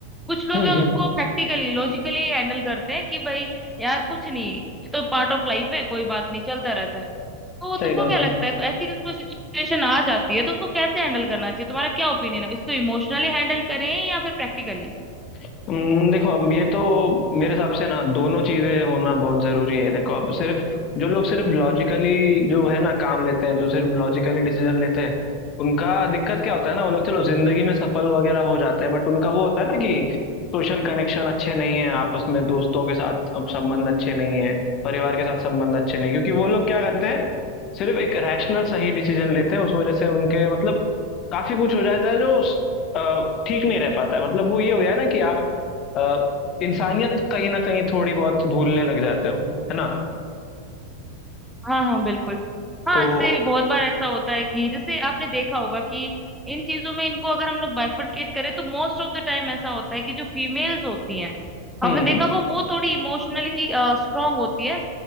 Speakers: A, in the centre; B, on the left.
A: कुछ लोग
B: हम्म
A: हैं
B: हम्म
A: उसको प्रैक्टिकली लॉजिकली हैंडल करते हैं कि भाई यार कुछ नहीं ये तो पार्ट ऑफ लाइफ है कोई बात नहीं चलता रहता है तो
B: सही
A: तुमको
B: बात
A: क्या
B: है
A: लगता है ऐसी अगर कोई सिचुएशन आ जाती है तो उसको कैसे हैंडल करना चाहिए तुम्हारा क्या ओपिनियन है इसको इमोशनली हैंडल करें या फिर प्रैक्टिकली
B: हम्म, देखो अब ये तो मेरे हिसाब से ना दोनों चीजें होना बहुत जरूरी है देखो अब सिर्फ जो लोग सिर्फ लॉजिकली जो है ना काम लेते हैं जो सिर्फ लॉजिकली डिसीजन लेते हैं उनका दिक्कत क्या होता है ना वो लोग चलो जिंदगी में सफल वगैरह हो जाते हैं बट उनका वो होता है ना कि सोशल कनेक्शन अच्छे नहीं है आपस में दोस्तों के साथ अब संबंध अच्छे नहीं है परिवार के साथ संबंध अच्छे नहीं क्योंकि वो लोग क्या करते हैं सिर्फ एक रैशनल सही डिसीजन लेते हैं उस वजह से उनके मतलब काफी कुछ हो जाता है जो अ, ठीक नहीं रह पाता है मतलब वो ये हो गया ना कि आप अ, इंसानियत कहीं ना कहीं थोड़ी बहुत भूलने लग जाते हो है ना
A: हाँ हाँ बिल्कुल हाँ
B: तो
A: इससे बहुत बार ऐसा होता है कि जैसे आपने देखा होगा कि इन चीजों में इनको अगर हम लोग बाइफरकेट करें तो मोस्ट ऑफ द टाइम ऐसा होता है कि जो फीमेल्स होती हैं आपने
B: हम्म
A: देखा होगा वो थोड़ी इमोशनली स्ट्रांग होती है